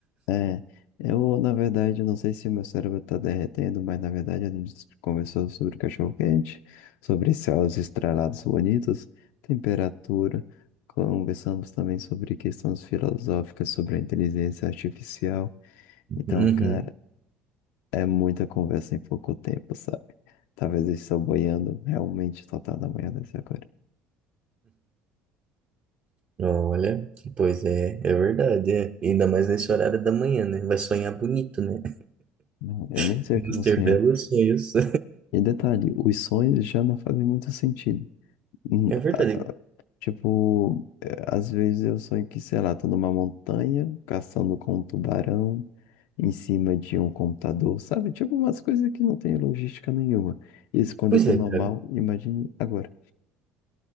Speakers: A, on the left; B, on the right.
A: É, eu, na verdade, eu não sei se meu cérebro tá derretendo, mas na verdade a gente conversou sobre cachorro-quente, sobre céus estrelados bonitos, temperatura. Conversamos também sobre questões filosóficas, sobre a inteligência artificial. Então,
B: Uhum.
A: cara. É muita conversa em pouco tempo, sabe? Talvez eu estou boiando realmente total na manhã desse agora.
B: Olha, pois é, é verdade, é. Ainda mais nesse horário da manhã, né? Vai sonhar bonito, né?
A: Não, eu
B: <laughs>
A: nem sei
B: Vamos
A: o que eu vou sonhar.
B: ter belos sonhos. <laughs>
A: E detalhe, os sonhos já não fazem muito sentido. Hum,
B: É verdade.
A: ah, Tipo, eh, às vezes eu sonho que, sei lá, tô numa montanha, caçando com um tubarão, em cima de um computador, sabe? Tipo, umas coisas que não tem logística nenhuma. Isso quando
B: Pois
A: eu tô
B: é,
A: normal,
B: cara.
A: imagine agora.